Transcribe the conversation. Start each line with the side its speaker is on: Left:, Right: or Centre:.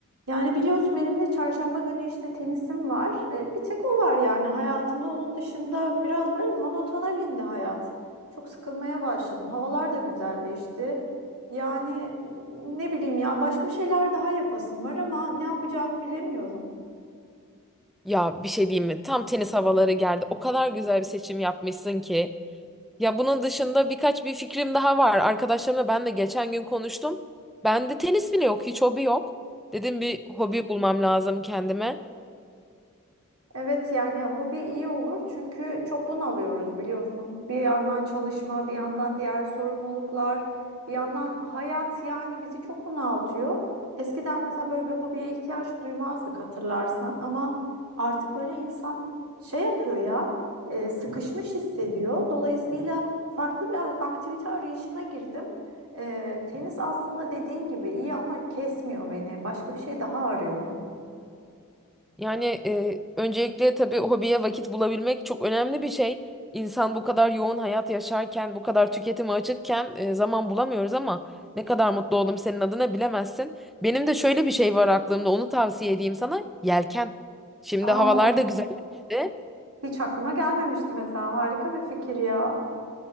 Right: Yani biliyorsun elimde çarşamba günü işte tenisim var. E, bir tek o var yani hayatımda. Onun dışında biraz böyle monotona bindi hayat. Çok sıkılmaya başladım. Havalar da güzelleşti. Yani ne bileyim ya başka bir şeyler daha yapasım var ama ne yapacağımı bilemiyorum.
Centre: Ya bir şey diyeyim mi? Tam tenis havaları geldi. O kadar güzel bir seçim yapmışsın ki. Ya bunun dışında birkaç bir fikrim daha var. Arkadaşlarımla ben de geçen gün konuştum. Bende tenis bile yok, hiç hobi yok. Dedim bir hobi bulmam lazım kendime.
Right: Evet yani hobi iyi olur çünkü çok bunalıyoruz biliyorsun. Bir yandan çalışma, bir yandan diğer sorumluluklar, bir yandan hayat yani bizi çok bunaltıyor. Eskiden mesela böyle bir hobiye ihtiyaç duymazdık hatırlarsan ama artık böyle insan şey yapıyor ya, e, sıkışmış hissediyor. Dolayısıyla farklı bir a- aktivite arayışına girdim. E, tenis aslında dediğin gibi iyi ama kesmiyor beni. Başka bir şey daha arıyorum.
Centre: Yani e, öncelikle tabii hobiye vakit bulabilmek çok önemli bir şey. İnsan bu kadar yoğun hayat yaşarken, bu kadar tüketime açıkken e, zaman bulamıyoruz ama ne kadar mutlu oldum senin adına bilemezsin. Benim de şöyle bir şey var aklımda, onu tavsiye edeyim sana. Yelken. Şimdi
Right: Aa,
Centre: havalar da güzelleşti.
Right: hiç aklıma gelmemişti mesela. Harika bir fikir ya.